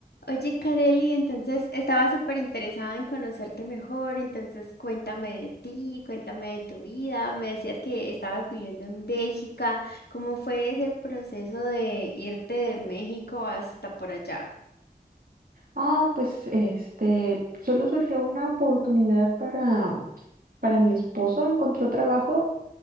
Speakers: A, on the left (about 80°); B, on the right (about 65°).
A: Oye, Kareli, entonces estaba súper interesada en conocerte mejor, entonces cuéntame de ti, cuéntame de tu vida, me decías que estabas viviendo en Bélgica, ¿cómo fue ese proceso de irte de México hasta por allá?
B: Ah, pues este, solo surgió una oportunidad para, para mi esposo, encontró trabajo.